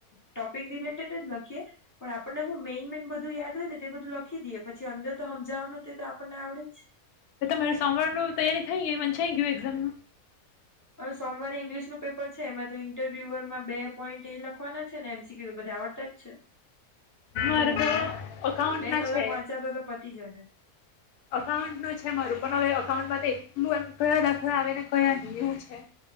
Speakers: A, on the left; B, on the left.
A: ટોપિક રિલેટેડ લખીએ પણ આપ હું મેન મેન બધું યાદ હોય ને એ બધું લખી દેએ. પછી અંદર તો સમજાવવાનું તો આપણને એવડે જ.
B: તો તમારી સોમવાર ન તૈયારી થઈ ગઈ મ થઈ ગયું એક્ઝામ નું?
A: હવે સોમવારે ઈંગ્લિશનું પેપર છે એમાં તો ઇન્ટરવ્યુરમાં બે પોઈન્ટ એ લખવાના છે ને એમસીક્યુ તો બધા આવડતા જ છે. એટલે
B: માર તો અકાઉન્ટ
A: બે
B: ના
A: કલાક
B: છે,
A: વાંચ્યા તો પતી જશે
B: અકાઉન્ટ નું છે મારું પણ હવે અઉન્ટમાં એટલું એમ કયા દાખલા આવેને કયા નિ એવું છે.